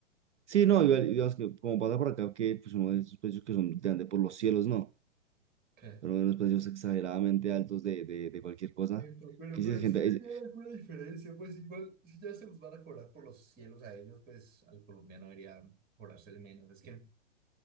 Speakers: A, on the right (about 65°); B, on the right (about 25°).
A: Sí, no, igual, digamos que como pasa por acá, que pues uno de esos precios que son de ande por los cielos, no,
B: que
A: pero unos precios exageradamente altos de, de, de cualquier cosa.
B: Pero, pero,
A: Que
B: pero
A: si es gente,
B: sí venía
A: es-
B: alguna diferencia, pues igual, si ya se los van a cobrar por los cielos a ellos, pues al colombiano debería cobrarse el menos. Es que,